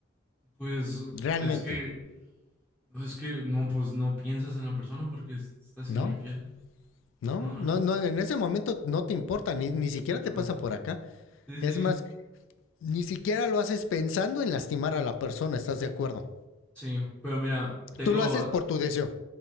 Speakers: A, in the centre; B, on the left.
A: pues
B: Realmente,
A: es que, pues, es que no, pues no piensas en la persona porque es- estás
B: ¿no?
A: siendo infiel.
B: No,
A: No, no,
B: no, no, en ese momento no te importa, ni, ni siquiera te
A: no,
B: pasa
A: no.
B: por
A: no.
B: acá.
A: Sí,
B: Es
A: sí,
B: más, ni siquiera lo haces pensando en lastimar a la persona, ¿estás de acuerdo?
A: sí, pero mira, tengo,
B: Tú lo haces por tu deseo,